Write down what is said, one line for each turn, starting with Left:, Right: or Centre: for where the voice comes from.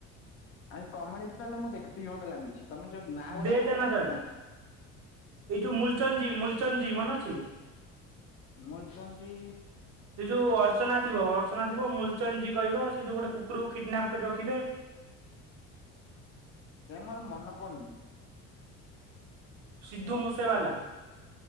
Left: ଆଉ କମେଡି ତାହେଲେ ମୁଁ ଦେଖିଥିବି ମତେ ଲାଗୁଚି। ତମେ ଯୋଉ ନା
Right: ଦେ
Left: ଉରା କହୁଛ
Right: ଦନା
Left: ନା
Right: ଦନ
Left: ସେ ଜ
Right: ଏଇ ଯୋଉ ମୁଲଚଙ୍ଜି ମୁଲଚଙ୍ଜି ମନେ ଅଛି। ସେ
Left: ମୁଲଚନ୍ଦୀ
Right: ଯୋଉ ଅର୍ଚ୍ଚନା ଥିବ ଅର୍ଚ୍ଚନା ଥିବ। ମୁ ଜି କହିବ ସେ ଯୋଉ ଗୋଟେ କୁକୁରକୁ କିଡନାପ କରି ରଖିବେ।
Left: ସେ ମୋର ମନେ ପଡ଼ୁନି।
Right: ସିଦ୍ଧୁ ମୁସେବାଲା।